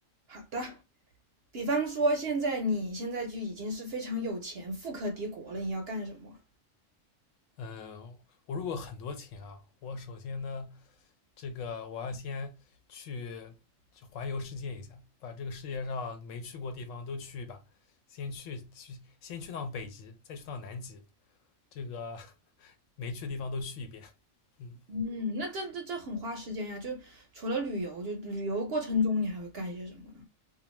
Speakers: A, on the right (about 60°); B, on the left (about 75°).
A: 好的，比方说现在你现在就已经是非常有钱、富可敌国了，你要干什么？
B: 嗯，我如果很多钱啊，我首先呢，这个我要先去环游世界一下，把这个世界上没去过地方都去一把，先去去先去趟北极，再去趟南极，这个 <laughs> 没去的地方都去一遍。嗯，
A: 嗯，那这这这很花时间呀。就除了旅游，就旅游过程中你还会干一些什么呢？